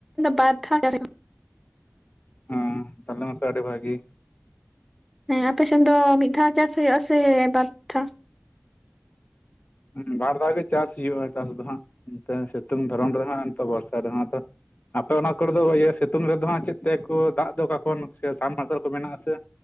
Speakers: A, in the centre; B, on the left (about 40°).
A: ᱵᱟᱨ ᱫᱷᱟᱣ ᱪᱟᱥ ᱦᱩᱭᱩᱜ
B: ᱚᱸ ᱛᱟᱦᱚᱞᱮ ᱢᱟᱛᱚ ᱟᱹᱰᱤ ᱵᱷᱟᱜᱤ ᱾
A: ᱦᱮᱸ ᱟᱯᱮᱥᱮᱱ ᱫᱚ ᱢᱤᱫ ᱫᱷᱟᱣ ᱪᱟᱥ ᱦᱩᱭᱩᱜ ᱟ ᱥᱮ ᱵᱟᱨ ᱫᱷᱟᱣ?
B: ᱦᱮᱸ ᱵᱟᱨ ᱫᱷᱟᱣ ᱜᱮ ᱪᱟᱥ ᱦᱩᱭᱩᱜᱼᱟ ᱪᱟᱥ ᱫᱚ ᱦᱟᱸᱜ ᱱᱚᱛᱮ ᱥᱤᱛᱩᱝ ᱫᱷᱚᱨᱚᱱ ᱨᱮᱦᱚᱸ ᱛᱚ ᱵᱚᱨᱥᱟ ᱨᱮ ᱦᱚᱸ ᱟᱫᱚ ᱾ ᱟᱯᱮ ᱚᱱᱟ ᱠᱚᱨᱮ ᱫᱚ ᱤᱭᱟᱹ ᱥᱤᱛᱩᱝ ᱨᱮᱫᱚ ᱦᱟᱸᱜ ᱪᱮᱫ ᱛᱮ ᱠᱚ ᱫᱟᱜ ᱫᱚ ᱚᱠᱟ ᱠᱷᱚᱱ ᱥᱮ ᱥᱟᱵᱽᱢᱟᱨᱥᱟᱞ ᱠᱚ ᱢᱮᱱᱟᱜ ᱟᱥᱮ?